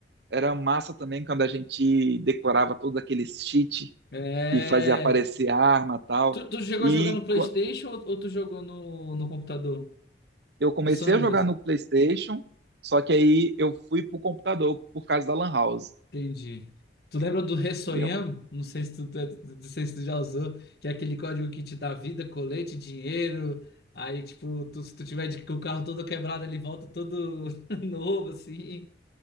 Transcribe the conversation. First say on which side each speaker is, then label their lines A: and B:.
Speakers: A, on the right; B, on the left.
A: Era massa também quando a gente decorava todos aqueles cheat
B: É.
A: e fazia aparecer arma tal.
B: Tu, tu chegou
A: E
B: a jogar no PlayStation
A: qu-
B: ou, ou tu jogou no, no computador?
A: eu comecei
B: O Sandras?
A: a jogar no PlayStation, só que aí eu fui pro computador por causa da Lan House,
B: Entendi. Tu lembra do Ressoyam?
A: entendeu?
B: Não sei se tu, tu- é, não sei se tu já usou, que é aquele código que te dá vida, colete, dinheiro. Aí, tipo, tu- se tu tiver de- com o carro todo quebrado, ele volta todo <laughs> novo, assim.